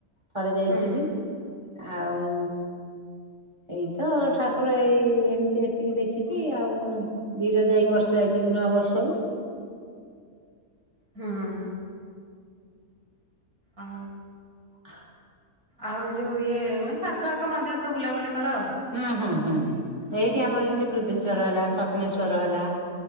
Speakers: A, on the right; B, on the right.
A: ଥରେ ଯାଇଥିଲି
B: ହୁଁ
A: ଆଉ। ଏଇ ତ ଠାକୁର ଏଇ ଏମିତି ଏତିକି ଦେଖିଛି ଆଉ। ବିରଜା ଏଇ ବର୍ଷେ ଯାଇଥିଲି ନୂଆବର୍ଷକୁ।
B: ହଁ। ଆ।
A: <unintelligible>
B: ଆଉ ଯୋଉ ଇଏ ମାନେ ପାଖ, ଆଖ ମନ୍ଦିର ସବୁ ବୁଲାବୁଲି କର ଆଉ।
A: ହୁଁ ହୁଁ ହୁଁ ଏଇଠି ଆମର ଯେମିତି ବୃଦ୍ଧେଶ୍ଵର ହେଲା ସପନେଶ୍ୱର ହେଲା।